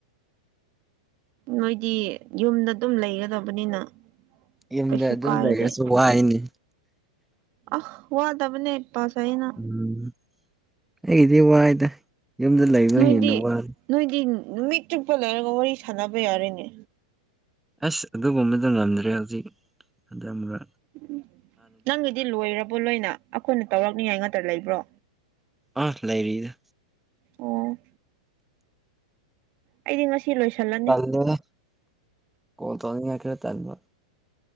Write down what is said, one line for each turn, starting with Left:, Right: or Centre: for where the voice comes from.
Right: ꯅꯣꯏꯗꯤ ꯌꯨꯝꯗ ꯗꯨꯝ ꯂꯩꯒꯗꯕꯅꯤꯅ
Centre: ꯌꯨꯝꯗ
Right: ꯀꯩꯁꯨ
Centre: ꯑꯗꯨꯝ
Right: ꯀꯥꯏꯗꯦ
Centre: ꯂꯩꯔꯁꯨ ꯋꯥꯏꯅꯦ
Right: ꯑꯍ ꯋꯥꯗꯕꯅꯦ ꯄꯁꯥꯏꯅ
Centre: ꯎꯝ ꯑꯩꯒꯤꯗꯤ ꯋꯥꯏꯗ ꯌꯨꯝꯗ ꯂꯩꯕ
Right: ꯅꯣꯏꯗꯤ
Centre: ꯍꯦꯟꯅ ꯋꯥꯂꯦ
Right: ꯅꯣꯏꯗꯤ ꯅꯨꯃꯤꯠ ꯆꯨꯞꯄ ꯂꯩꯔꯒ ꯋꯥꯔꯤ ꯁꯥꯟꯅꯕ ꯌꯥꯔꯦꯅꯦ
Centre: ꯑꯁ ꯑꯗꯨꯒꯨꯝꯕꯗꯣ ꯉꯝꯗ꯭ꯔꯦ ꯍꯧꯖꯤꯛ ꯑꯗꯨꯝꯕ
Right: ꯎ ꯅꯪꯒꯤꯗꯤ ꯂꯣꯏꯔꯕꯣ ꯂꯣꯏꯅ ꯑꯩꯈꯣꯏꯅ ꯇꯧꯔꯛꯅꯤꯉꯥꯏ ꯉꯥꯛꯇ ꯂꯩꯕ꯭ꯔꯣ
Centre: ꯑꯥ ꯂꯩꯔꯤꯗ
Right: ꯑꯣ ꯑꯩꯗꯤ ꯉꯁꯤ ꯂꯣꯏꯁꯜꯂꯛ
Centre: <unintelligible>